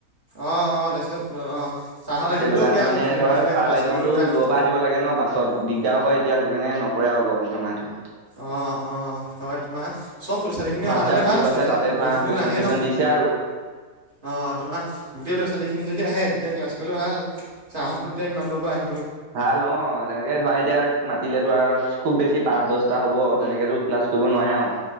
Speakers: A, on the right; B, on the right.
A: অ অ তাৰিছত অ। ছাৰহঁত আহিবলৈও
B: সেইটো কাৰণে
A: বেয়া
B: মানে
A: ল'ৰা ছোৱালী
B: ধৰ
A: নাহিলে
B: ছাৰ
A: ক্লাছ
B: বাইদেউহতো
A: কৰিবলৈও বেয়া নহয়
B: দূৰৰ পৰা আহিব লাগে ন বাছত দিগদাৰ হয়। এতিয়া সেইটো কেনে নকৰে আৰু গৰ বন্ধ মাহহটো।
A: অ অ অ হয় তোমাৰ চব ল'ৰা ছোৱালী খিনি
B: হোৱাটছআপ
A: অহালে ভাল
B: গ্ৰুপ
A: আছিলে
B: আছে
A: এতিয়া
B: তাতে
A: গোটেই
B: ধৰা
A: খিনিটো
B: কুৱেশ্যন
A: নাহে।
B: চুৱেশ্যন
A: ন
B: দিছে আৰু
A: অ তোমাৰ গোটেই ল'ৰা ছোৱালী খিনি যদি আহে তেতিয়া ক্লাছ- কৰিবলে ভাল ছাৰ হতো তেতিয়া ইমান দূৰৰ পৰা আহি।
B: ভাল অ তেনেকে ধৰা এতিয়া মাতিলেতো আৰু খুব বেছি পাঁচ দশটা হ'ব তেনেকেতো ক্লাছ কৰিব নোৱাৰে আও-